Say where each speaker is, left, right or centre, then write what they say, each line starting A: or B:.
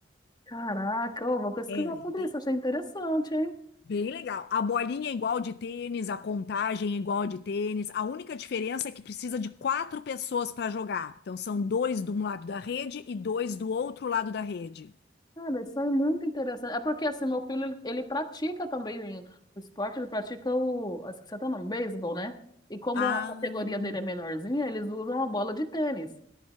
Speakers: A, on the left (about 25°); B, on the left (about 60°).
A: Caraca, eu vou pesquisar
B: É,
A: sobre
B: bem,
A: isso, achei interessante, hein?
B: bem legal. A bolinha é igual de tênis, a contagem é igual de tênis. A única diferença é que precisa de quatro pessoas para jogar. Então são dois de um lado da rede e dois do outro lado da rede.
A: Cara, isso é muito interessante. É porque, assim, meu filho, ele, ele pratica também o esporte, ele pratica o, acho que você tá nome, beisebol, né? E como
B: Ah,
A: a categoria dele é menorzinha, eles usam a bola de tênis,